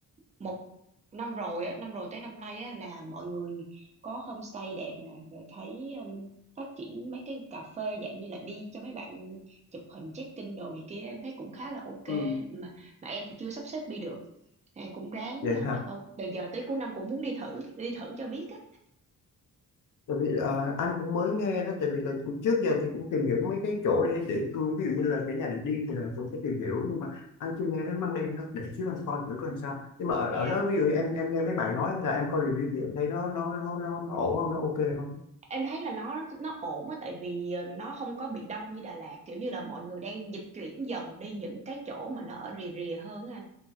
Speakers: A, on the right; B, on the left.
A: một năm rồi á năm rồi tới năm nay á là mọi người có homestay đẹp nè rồi thấy um, phát triển mấy cái cà phê dạng như là đi cho mấy bạn chụp hình check-in đồ này kia em thấy cũng khá là ok
B: Ừ.
A: mà mà em thì chưa sắp xếp đi được em cũng ráng
B: vậy
A: à,
B: hả
A: để coi từ giờ tới cuối năm cũng muốn đi thử đi thử cho biết á
B: tại vì ờ, anh cũng mới nghe đó tại vì là trước giờ thì cũng tìm hiểu mấy cái chỗ để để ví dụ như là cái nhà để đi thì là cũng sẽ tìm hiểu nhưng mà anh chưa nghe đến Măng Đen đâu để xíu anh coi thử coi sao nhưng mà ở,
A: dạ
B: ở đó ví dụ như em em nghe mấy bạn nói là em coi review thì em thấy nó nó nó nó, nó ổn không nó ok không
A: em thấy là nó nó ổn á tại vì ờ, nó không có bị đông như Đà Lạt kiểu như là mọi người đang dịch chuyển dần đi những cái chỗ mà nó ở rìa rìa hơn á anh